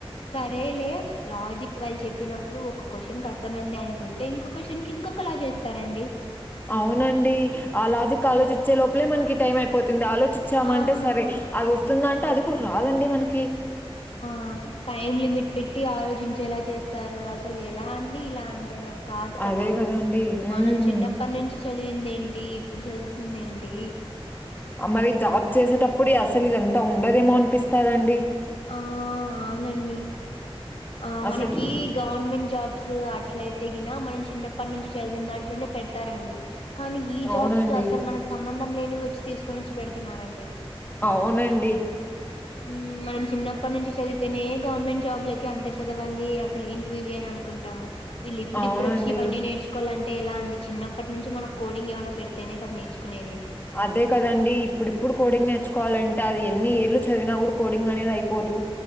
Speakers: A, on the left (about 70°); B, on the left (about 20°).
A: సరేలే లాజిక్ వాళ్ళు చెప్పినప్పుడు ఒక క్వశ్చన్కి అర్థమైంది అనుకుంటే ఇంకో క్వశ్చన్కి ఇంకొకలా చేస్తారండి
B: అవునండి ఆ లాజిక్ ఆలోచిచే లోపలే మనకి టైం అయిపో పోతుంది ఆలోచించామంటే
A: ఆ
B: సరే అది వస్తుంది అంటే అది కూడా రాదండి మనకి
A: ఆ టైమ్ లిమిట్ పెట్టి ఆలోచించేలా చేస్తారు అసలు ఎలా అండి ఇలా అంటే కాదు కదా
B: అదే కదండీ! హ్మ్.
A: మనం చిన్న ప్పటి నుంచి చదివింది ఏంటి ఇప్పుడు చదువుతుంది ఏంటి
B: మరి జాబ్ చేసేటప్పుడే అసలు ఇదంతా ఉండదేమో అనిపిస్తదండి
A: ఆ అవునండి ఆ
B: అసలు
A: మనకి గవర్నమెంట్ జాబ్స్ అట్ల అయితే గిన మనం చిన్నప్పటి నుంచి చదివిన దాంట్లోనే పెడతారండి కానీ ఈ
B: అవునండి.
A: జాబ్స్ అసలు మనకు సంబంధం లేనివి వచ్చి తీసుకొని వచ్చి పెడుతన్నారండి
B: అవునండి
A: ఉమ్మ్ మనం చిన్నప్పటి నుంచి చదివితేనే గవర్నమెంట్ జాబ్లకి అంత చదవాలి అసలు ఏంటివి ఇవి అనుకుంటాము వీళ్ళు ఇప్పుడిప్పుడు
B: అవునండి.
A: వచ్చి ఇవన్నీ నేర్చుకోవాలంటే ఎలా అండి చిన్నప్పటి నుంచి మనకు కోడింగ్ ఏమన పెడితేనే సార్ నేర్చుకునేది
B: అదే కదండి ఇప్పుడిప్పుడు కోడింగ్ నేర్చుకోవాలంటే అది ఎన్ని ఏడ్లు చదివినా కూడా కోడింగ్ అనేది అయిపోదు